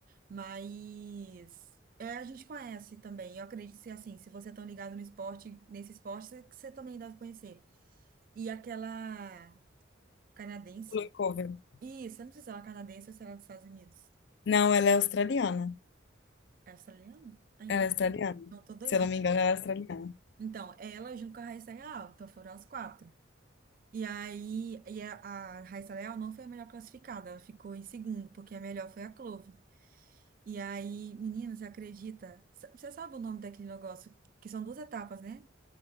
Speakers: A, on the right (about 45°); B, on the left (about 60°).
A: Mas é, a gente conhece também. Eu acredito que assim, se você é tão ligado no esporte, nesse esporte, você, você também deve conhecer. E aquela canadense.
B: Blue Cover.
A: Isso, eu não sei se ela é canadense ou se ela é dos Estados Unidos.
B: Não, ela é australiana,
A: É australiana? Ah, então,
B: ela é australiana,
A: não, tô doidinha
B: se eu não me
A: na
B: engano,
A: cabeça.
B: ela é australiana.
A: Então, ela junto com a Raíssa Leal, então foram as quatro. E aí, e a, a Raíssa Leal não foi a melhor classificada, ela ficou em segundo, porque a melhor foi a Clove. E aí, menina, você acredita? S- Você sabe o nome daquele negócio? Que são duas etapas, né?